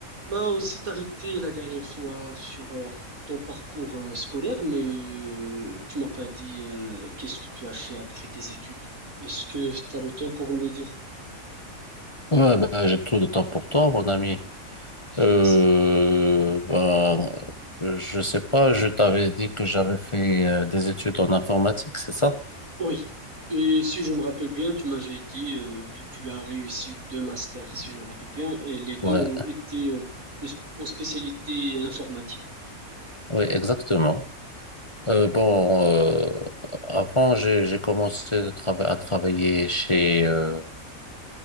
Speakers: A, on the right; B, on the left.
A: Bah, on s'est arrêté la dernière fois sur euh, ton parcours euh, scolaire, mais euh, tu m'as pas dit euh, qu'est-ce que tu as fait après tes études. Est-ce que tu as le temps pour me le dire?
B: Ouais, ben, j'ai tout le temps pour toi, mon ami. Euh,
A: Merci.
B: ben, je sais pas, je t'avais dit que j'avais fait euh, des études en informatique, c'est ça?
A: Oui. Et si je me rappelle bien, tu m'avais dit euh, que tu as réussi deux masters, si je me rappelle bien, et les deux
B: Ouais,
A: ont été euh, en spécialité informatique.
B: oui, exactement. Euh, bon, euh, avant, j'ai, j'ai commencé de trava- à travailler chez, euh,